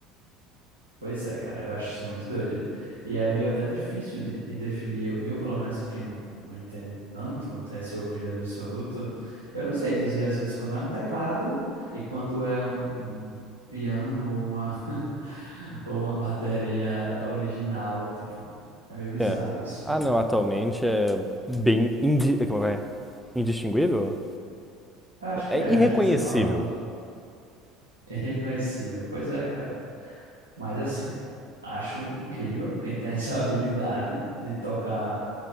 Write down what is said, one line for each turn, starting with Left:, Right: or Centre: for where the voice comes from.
Right: Pois é, cara, eu acho isso muito doido. E é meio até difícil de, de definir. Eu, eu, pelo menos, que não, não entendo tanto, não tenho esse ouvido absoluto, eu não sei dizer, às vezes, quando é um teclado e quando é um, um piano ou uma, <laughs> ou uma bateria original. Tipo, é meio bizarro
Centre: É.
Right: isso.
Centre: Ah,
Right: Eu
Centre: não, atualmente é bem indi... como é? indistinguível?
Right: acho
Centre: É
Right: que é,
Centre: irreconhecível.
Right: acho que essa palavra é reconhecível. Pois é, cara. Mas assim, acho incrível quem tem essa <laughs> habilidade de tocar